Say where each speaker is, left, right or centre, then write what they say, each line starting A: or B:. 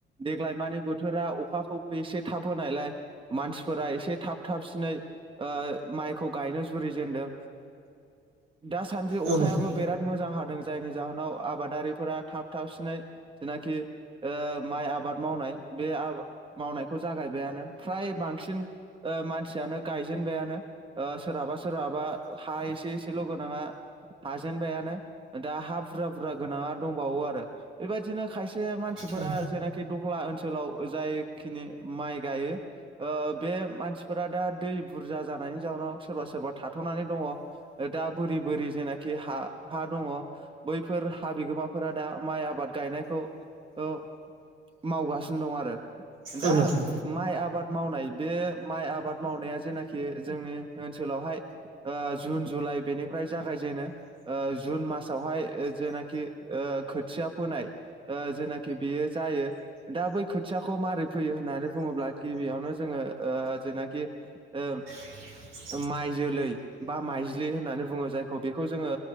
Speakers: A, on the right; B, on the right.
A: देग्लाय माने बोथोरा अखाखौबो एसे थाब होनायलाय, मानसिफोरा एसे थाब थाबसिनै ओ माइखौ गायनो जुरिजेनदों दासान्दि अखायाबो
B: औ नोंथां
A: बिराद मोजां हा दों जायनि जाहोनाव आबादारिफोरा थाब थाबसिनै जेनाखि, ओ माइ आबाद मावनाय बे मावनायखौ जागायबायानो फ्राय बांसिन, ओ मानसियानो गायजेनबायानो, ओ सोरहाबा सोरहाबा हा एसे एसेल' गोनाङा, हाजेनबायानो दा हा बुरजा बुरजा गोनाङा दंबावो आरो बेबायदिनो खायसे मानसि, फोरा
B: औ नोंथां
A: जेनाखि दख्ला ओनसोलाव जायखिनि माइ गायो, ओ बे मानसिफोरा दा दै बुरजा जानायनि जाउनाव सोरबा सोरबा थाथ'नानै दङ दा बोरि बोरि जेनाखि हा हा दङ, बैफोर हा बिगोमाफोरा दा माइ आबाद गायनायखौ औ मावगासिनो दं आरो दा
B: औ नोंथां
A: माइ आबाद मावनाय बे माइ आबाद मावनाया जेनाखि, जोंनि ओनसोलावहाय, ओ जुन जुलाइ बेनिफ्राय जागायजेनो ओ जुन मासावहाय जेनाखि ओ ओ खोथिया फोनाय ओ जेनाखि बेयो जायो दा बै खोथियाखौ मारै फैयो होननानै, बुङोब्ला गिबियावनो जोङो ओ जेनाखि ओ,
B: <inaudible>
A: माइ जोलै बा माइज्लि होननानै बुङो जायखौ बेखौ जोङो